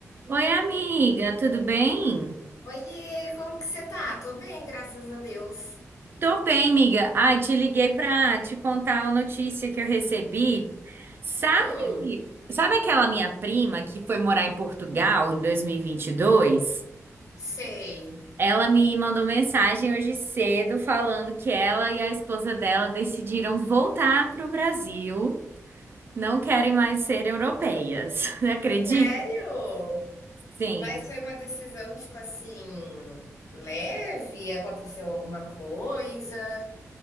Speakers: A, on the right; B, on the left.
A: Oi, amiga, tudo bem?
B: Oiê, como que você tá? Tô bem, graças a Deus.
A: Tô bem, amiga. Ai, te liguei pra te contar uma notícia que eu recebi. Sabe,
B: Hum,
A: sabe aquela minha prima que foi morar em Portugal em 2022?
B: sei.
A: Ela me mandou mensagem hoje cedo falando que ela e a esposa dela decidiram voltar pro Brasil, não querem mais ser europeias. <laughs> Acredita?
B: Sério?
A: sim?
B: Mas foi uma decisão, tipo assim, leve? Aconteceu alguma coisa?